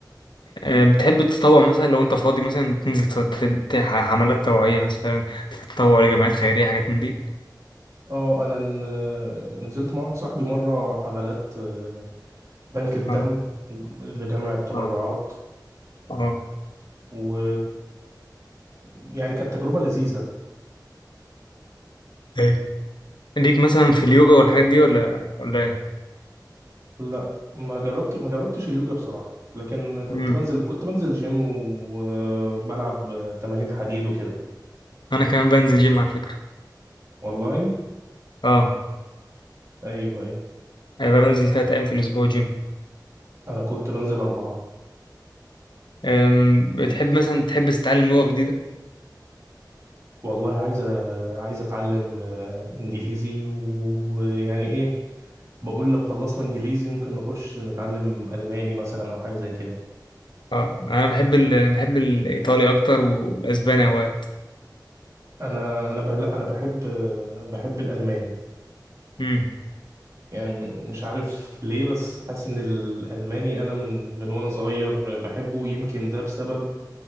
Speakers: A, on the left (about 85°); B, on the right (about 40°).
A: أه، بتحب تتطوع مثلا لو انت فاضي مثلا تنزل تت- تت- حملات توعية مثلا تتطوع لجمعيات خيرية حاجات من دي
B: اه انا ن- نزلت مع واحد صاحبي مره حملات آه، بنك الدم
A: اه
B: لجمع التبرعات
A: اه اه
B: و يعني كانت تجربه لذيذه
A: ايه ليك مثلا في اليوجا والحاجات دي ولا ولا ايه
B: لا ما جربت ما جربتش اليوجا بصراحه لكن كنت
A: مم.
B: بنزل كنت بنزل جيم وبلعب تمارين حديد وكده
A: انا كمان بنزل جيم على فكرة
B: والله
A: اه
B: ايوه ايوه
A: انا بنزل تلات ايام في الاسبوع جيم
B: انا كنت بنزل اربعه
A: أم، بتحب مثلا تحب تتعلم لغة جديدة
B: والله عايز أ- عايز اتعلم آه، انجليزي ويعني ايه بقول لو خلصنا انجليزي ممكن نخش نتعلم الماني مثلا او حاجه زي كده
A: اه انا بحب ال... بحب الايطالي اكتر والاسباني اوقات
B: انا انا بح- لا انا بحب آه، بحب الالماني
A: مم.
B: يعني م- مش عارف ليه بس حاسس ان الالماني انا من من وانا صغير بحبه يمكن ده بسبب